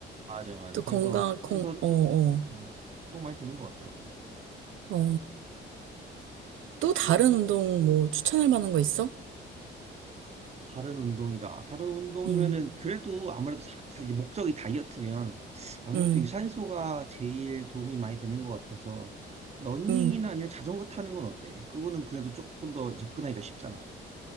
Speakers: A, on the right; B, on the right.
A: 맞아, 맞아.
B: 또 건강,
A: 그래서,
B: 건,
A: 그래서
B: 어,
A: 좀,
B: 어,
A: 음, 운동 많이 되는 것 같더라고.
B: 어. 또 다른 운동 뭐, 추천할 만한 거 있어?
A: 다른 운동이라 다른 운동이면은
B: 음,
A: 그래도 아무래도 사, 사- 이제 목적이 다이어트면 아무래도
B: 음,
A: 유산소가 제일 도움이 많이 되는 것 같아서 러닝이나
B: 음,
A: 아니면 자전거 타는 건 어때? 그거는 그래도 조금 더 접근하기가 쉽잖아.